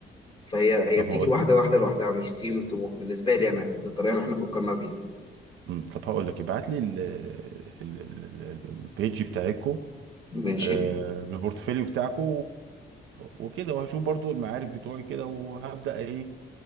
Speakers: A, on the left; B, on the right.
A: فهي هي
B: طب
A: بتيجي
B: هقول
A: واحدة واحدة لوحدها مش بتيجي من الطموح بالنسبة لي انا يعني دي الطريقة اللي احنا فكرنا بيها
B: مم. طب هقول لك ابعت لي ال- ال- ال- ال- البيج بتاعتكم
A: ماشي
B: آه، البورتفوليو بتاعكم وكده وهشوف برضو المعارف بتوعي كده وهبدأ ايه